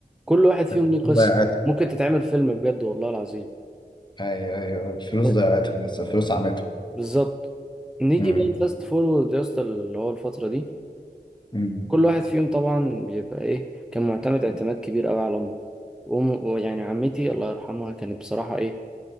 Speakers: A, in the centre; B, on the left (about 25°).
A: كل واحد فيهم
B: الفلوس
A: ليه قصة
B: ضيعتهم
A: ممكن تتعمل فيلم بجد والله العظيم
B: ايوه ايوه الفلوس
A: ب-
B: ضيعتهم بس الفلوس عمتهم
A: بالظبط نيجي
B: مم.
A: بقى الفاست فورورد يا اسطى اللي هو الفترة دي
B: مم.
A: كل واحد فيهم طبعا بيبقى ايه كان معتمد اعتماد كبير قوي على امه وأم- ويعني عمتي الله يرحمها كانت بصراحة ايه